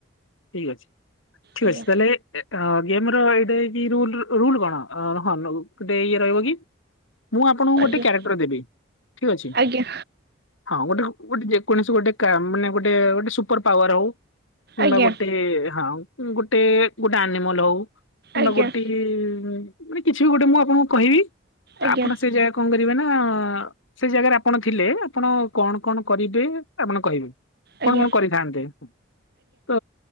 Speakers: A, on the left (about 75°); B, on the right (about 55°).
A: ଠିକ୍ ଅଛି ଠିକ୍
B: ଆଜ୍ଞା
A: ଅଛି ତାହେଲେ ଗେମ୍ ର ଏଇଟା ରୁଲ୍ ରୁଲ୍ କଣ ହଁ ଗୋଟେ ଇଏ ରହିବ କି ମୁଁ ଆପଣଙ୍କୁ
B: ଆଜ୍ଞା
A: ଗୋଟେ କ୍ୟାରେକ୍ଟର ଦେବି ଠିକ୍ ଅଛି
B: ଆଜ୍ଞା
A: ହଁ ଗୋଟେ ଗୋଟେ କୌଣସି ଗୋଟେ କା ମାନେ ଗୋଟେ ଗୋଟେ ସୁପର ପାୱାର ହଉ କିମ୍ବା
B: ଆଜ୍ଞା
A: ଗୋଟେ ହଁ। ଗୋଟେ ଗୋଟେ ଆନିମଲ ହଉ କିମ୍ବା
B: ଆଜ୍ଞା।
A: ଗୋଟେ ମାନେ କିଛି ବି ଗୋଟେ ମୁଁ ଆପଣଙ୍କୁ କହିବି
B: ଆଜ୍ଞା
A: ଆପଣ ସେ ଜାଗା କଣ କରିବେ ନା ସେ ଜାଗାରେ ଆପଣ ଥିଲେ ଆପଣ କଣ କଣ କରିବେ ଆପଣ କହିବେ?
B: ଆଜ୍ଞା ଆଜ୍ଞା
A: କଣ କଣ କରିଥାନ୍ତେ? ତ